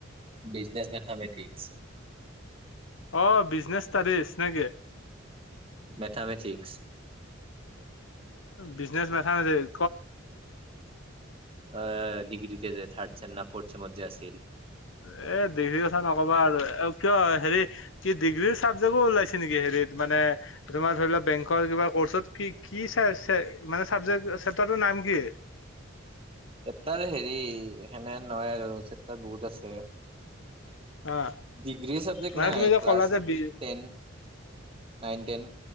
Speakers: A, on the right (about 30°); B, on the left (about 75°).
A: বিজনেছ নেথামেটিক্স।
B: অ বিজনেচ স্তাদিছ নেকি?
A: Mathematics
B: business mathematics.
A: অ ডিগ্ৰীতে যে থাৰ্ড চেম নে ফৰ্ট চেমত আছিল।
B: এ ডিগ্ৰীৰ কথা নকবা আৰু কিয় হেৰি কি ডিগ্ৰীৰ চাবজেক্টো ওলাইছে নেকি, হেৰিত মানে তোমাৰ ধৰি লোৱা বেংকৰ কিবা কৰ্চত কি কি চাই মানে চাবজেক্ট কেতাৰ নাম কি?
A: তাৰ হেৰি সেনে নহয় আৰু চেপতাৰ বহুত আছে।
B: অ
A: ডিগ্ৰী চাবজেক্ট
B: মানে
A: নাই।
B: তুমি যে
A: ক্লাছ
B: ক'লা যে B
A: ten nine ten